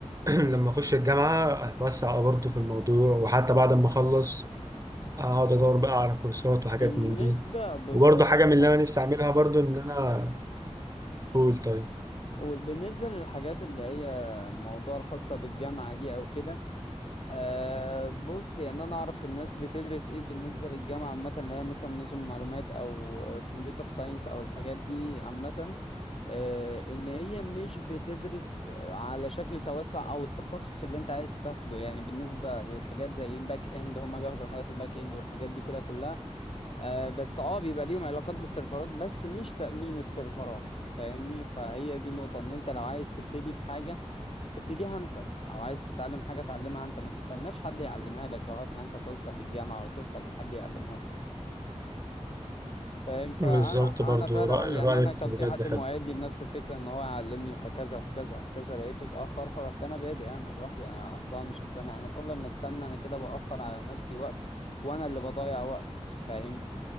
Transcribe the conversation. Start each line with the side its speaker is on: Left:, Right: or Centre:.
Right: <clears throat> لما اخش الجامعه هتوسع برضو في الموضوع وحتى بعد ما اخلص اقعد ادور بقى على كورسات وحاجات
Left: بالنسبة
Right: من دي
Left: بص
Right: وبرضه
Left: أقول
Right: حاجه
Left: لك
Right: من اللي
Left: حاجة
Right: انا نفسي اعملها برضه ان انا اقول طيب
Left: وبالنسبة للحاجات اللي هي موضوع الخاصة بالجامعة دي أو كده أه بص يعني أنا أعرف الناس بتدرس إيه بالنسبة للجامعة عامة اللي هي مثلا نظم معلومات أو كمبيوتر ساينس أو الحاجات دي عامة أه إن هي مش بتدرس على شكل توسع أو التخصص اللي أنت عايز تاخده يعني بالنسبة للحاجات زي باك إند هما بياخدوا الحاجات الباك إند والحاجات دي كلها كلها آه بس اه بيبقى ليهم علاقات بالسيرفرات بس مش تأمين السيرفرات فاهمني فهي دي النقطة ان انت لو عايز تبتدي بحاجة ابتديها انت او عايز تتعلم حاجة اتعلمها انت ما تستناش حد يعلمها لك لغاية ما انت توصل للجامعة ولا توصل لحد يعلمها لك فاهم فانا
Right: بالظبط برضه
Left: انا فعلا
Right: رأي
Left: يعني
Right: رايك
Left: انا كان
Right: بجد
Left: في حد
Right: حلو
Left: موعدني بنفس الفكرة ان هو يعلمني وهكذا وهكذا وهكذا لقيته اتأخر فرحت انا بادئ انا لوحدي انا اصلا مش هستنى انا كل ما استنى انا كده بأخر على نفسي وقت وانا اللي بضيع وقت فاهم